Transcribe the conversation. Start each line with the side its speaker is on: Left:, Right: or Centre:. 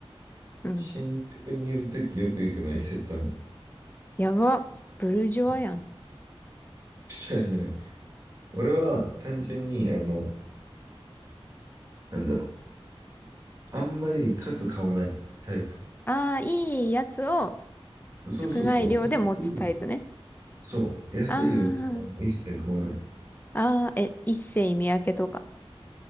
Left: うん。
Right: 新宿にいるときよく行くのは伊勢丹。
Left: やば。ブルジョワやん。
Right: <laughs> 違うじゃない。俺は単純に、あの、なんだろう。あんまり数買わないタイプ。
Left: ああ、いいやつを
Right: そうそうそう。
Left: 少ない量で持つタイプね。
Right: うんそう。安い洋服は一切買わない。
Left: ああ、ああ、え、一世三宅とか。